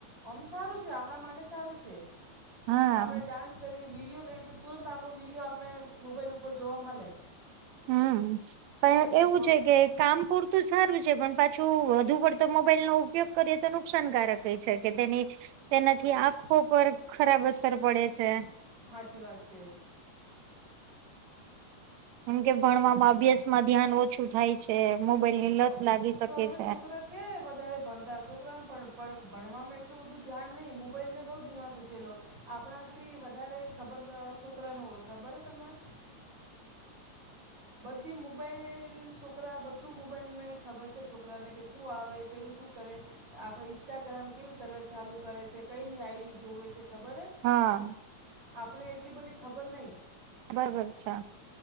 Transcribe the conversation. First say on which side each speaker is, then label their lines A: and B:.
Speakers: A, on the right; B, on the right.
A: આમ સારું છે આપણા માટે સારું છે
B: હા
A: આપડ ડાન્સ કરીએ વિડીયો લઈએ તો તુરંત આપણો વિડીિયો આપણે મોબાઈલ ઉપર જોવા મળે-
B: હમ
A: હે
B: પણ
A: કે નહીં
B: એવું
A: ફોટ
B: છે કે કામ પૂરતું સારું છે પણ- શું વધુ પડતો મોબાઈલ નો ઉપયોગ કરીએ તો નુકસાનકારક- કે છે કે તેની તેનાથી
A: હા
B: આંખો પર ખરાબ અસર પડે છે.
A: સાચી વાત છે.
B: કેમ કે ભણવામાં અભ્યાસ માં ધ્યાન ઓછું થાય છે. તે મોબાઈલ ની- લત
A: તો
B: લાગી શકે
A: તો હવે
B: છે
A: છોકરા કે વધારે ભણતા હશો- પણ ભણવામાં એટલું બધું ધ્યાન નહીં મોબાઈલ બહુ દિમાગ ઉંચેલો- આપણાથી વધારે ખબર છોકરાને હોય ખબર હે તમને- બધી મોબાઈલ છોકરા બધું મોબાઈલ મેં ખબર છે છોકરાને કે શું આવે પેલું શું કરે- આપણે ઇન્સ્ટાગ્રામ કેવી તર ચાલુ કરે છે કઈની આઈડી જોવે છે ખબર હે-
B: હા
A: આપણે એટલી બધી ખબર નહી.
B: બરાબર છે.